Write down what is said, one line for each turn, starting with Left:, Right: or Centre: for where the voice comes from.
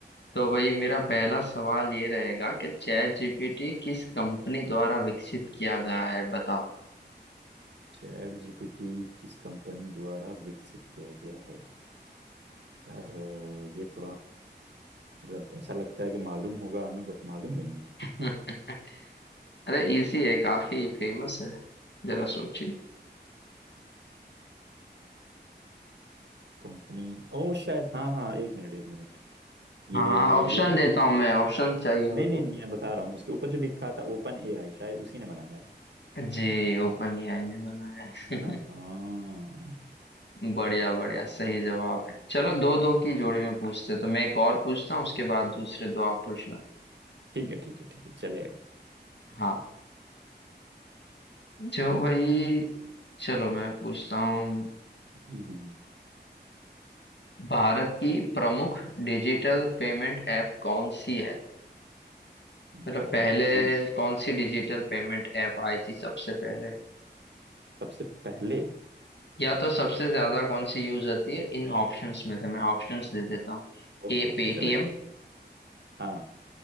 Left: तो भाई मेरा पहला सवाल ये रहेगा कि चैट जीपीटी किस कंपनी द्वारा विकसित किया गया है बताओ
Right: चैट जीपीटी किस कंपनी द्वारा विकसित किया गया है यार अ, ये थोड़ा मतलब ऐसा लगता है कि मालूम होगा हमें बट मालूम नहीं है
Left: <laughs> अरे इजी है काफी फेमस है जरा सोचिए
Right: कंपनी ओ शायद हाँ हाँ एक मिनट एक मिनट ये
Left: हाँ हाँ ऑप्शन
Right: वो जो
Left: देता
Right: उस-
Left: हूँ मैं ऑप्शन चाहिए हो
Right: नहीं नहीं
Left: तो
Right: मैं बता रहा हूँ उसके ऊपर जो लिखा था ओपन एआई शायद उसी ने बनाया है
Left: जी ओपन एआई ने बनाया है
Right: है ना हाँ
Left: <laughs> बढ़िया बढ़िया सही जवाब है चलो दो दो की जोड़ी में पूछते हैं। तो मैं एक और पूछता हूँ उसके बाद दूसरे दो आप पूछना
Right: ठीक है ठीक है ठीक है चलेगा
Left: हाँ जो भाई चलो मैं पूछता हूँ
Right: हम्म, हम्म,
Left: भारत की प्रमुख डिजिटल पेमेंट ऐप कौन सी है मतलब
Right: भारत
Left: पहले
Right: की
Left: कौन सी डिजिटल पेमेंट ऐप आई थी सबसे पहले
Right: सबसे पहले
Left: या तो सबसे ज्यादा कौन सी यूज होती है इन ऑप्शंस में से मैं ऑप्शंस दे देता हूँ
Right: ओके
Left: A
Right: ओके
Left: Paytm
Right: चलेगा हाँ